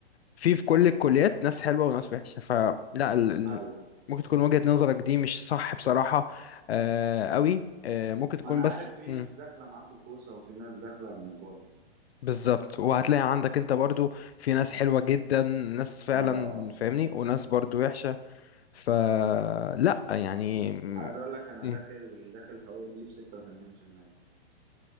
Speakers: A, on the left; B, on the right.
A: في في كل الكليات ناس حلوة وناس وحشة فلا ال... ال-
B: ايوه
A: ممكن تكون وجهة نظرك دي مش صح بصراحة آه قوي آه ممكن تكون
B: ما انا
A: بس
B: عارف في
A: مم.
B: ناس داخله معاكوا كوسه وفي ناس داخله بمجهود يعني
A: بالظبط وهتلاقي عندك انت برضو في ناس حلوة جدا ناس فعلا
B: اه
A: فاهمني وناس برضو وحشة فلا يعني مم.
B: عايز اقول لك انا
A: مم.
B: داخل داخل حقوق دي ب 86%